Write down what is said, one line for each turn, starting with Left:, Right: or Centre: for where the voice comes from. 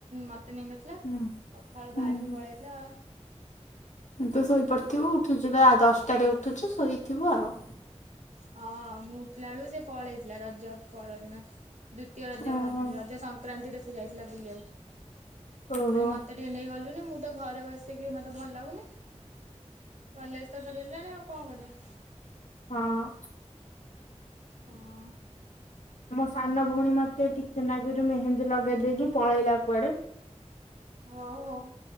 Right: ମତେ ନେଇନଥିଲା।
Left: ହୁଁ
Right: ସଖାଳୁ
Left: ହୁଁ।
Right: ବାହାରିକି ପଳେଇଥିଲା ଆଉ।
Left: ତୁ ଶୋଇପଡିଥିବୁ ଉଠୁଛୁ ନା ଦଶଟାରେ ଉଠୁଛୁ ଶୋଇଥିବୁ ଆଉ
Right: ହଁ ମୁଁ ଉଠିଲା ବେଳୁ ସେ ପଳେଇଥିଲା ରଜ ପରଦିନ ଦ୍ଵିତୀୟ ରଜ
Left: ଓହୋ
Right: ରଜ ସଂକ୍ରାନ୍ତିରେ ସେ ଯାଇଥିଲା ବୁଲିବାକୁ,
Left: ହୁଁ
Right: ମୁଁ କହିଲି
Left: ହଁ।
Right: ମତେ <unintelligible> ନେଇ ଗଲୁନି ମୁଁ ତ ଘରେ ବସିକି ମତେ ଭଲ ଲାଗୁନି କଲେଜ ତ ସରିଗଲାଣି ଆଉ କଣ କରିବା?
Left: ହଁ ଅଁ।
Right: ହଁ ଅଁ।
Left: ମୋ ସାନ ଭଉଣୀ ମତେ ଟିକେନାଗରୁ ମେହେନ୍ଦୀ ଲଗେଇ ଦେଇକି ପଳେଇଲା କୁଆଡେ
Right: ଓହୋ